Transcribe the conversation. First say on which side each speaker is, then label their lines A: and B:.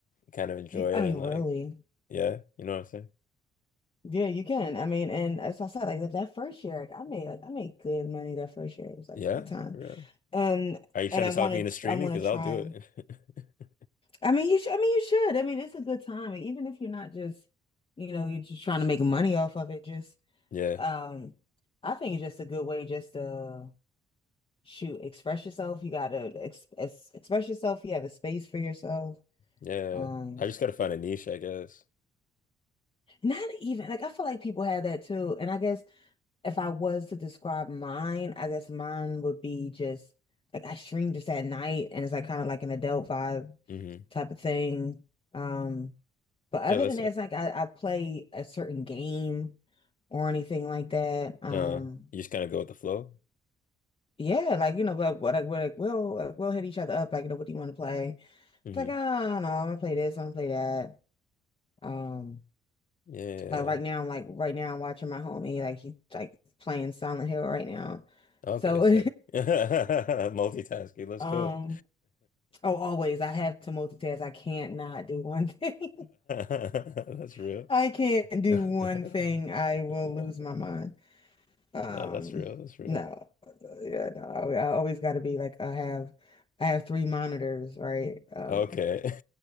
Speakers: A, on the left (about 40°); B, on the left (about 25°).
A: kind of enjoy
B: You,
A: it
B: I mean
A: and
B: really.
A: like yeah, you know what I'm saying?
B: Yeah, you can. I mean, and as I said, like that, that first year, like I made like I made good money that first year. It was like
A: Yeah.
B: a good time.
A: for real.
B: And
A: Are you trying
B: and I
A: to talk
B: wanted
A: me into streaming?
B: I want
A: Because
B: to
A: I'll
B: try
A: do
B: 'em.
A: it. <laughs>
B: I mean, you should I mean you should. I mean, it's a good time. Like, even if you're not just, you know, you're just trying to make money off of it, just
A: Yeah,
B: um I think it's just a good way just to shoot, express yourself. You gotta ex ex express yourself. You have a space for yourself.
A: yeah.
B: Um,
A: I just gotta find a niche, I guess.
B: not even like I feel like people have that too. And I guess if I was to describe mine, I guess mine would be just like I stream just at night and it's like kind of like an adult vibe
A: Mm-hmm.
B: type of thing. Um, but other
A: Yeah, that's
B: than that,
A: not,
B: it's like I, I play a certain game or anything like that. Um,
A: uh, you just kind of go with the flow.
B: yeah, like you know, like, what like, we're like we'll like, we'll hit each other up, like, you know, what do you want to play?
A: Mm-hmm.
B: It's like, oh no, I'm gonna play this, I'm gonna play that. Um,
A: Yeah.
B: like right now, I'm like right now I'm watching my homie, like he's like playing Silent Hill right now.
A: Okay,
B: So
A: sick.
B: <laughs>
A: <laughs> Multitasking. Let's
B: Um,
A: go.
B: oh, always. I have to multitask. I can't not do one thing.
A: <laughs> That's
B: <laughs>
A: real.
B: I can't do
A: <laughs>
B: one thing. I will lose my mind. Um,
A: No, that's real. That's real.
B: no. Uh, Yeah, no. I, I always got to be like I have I have three monitors, right? Um,
A: Okay.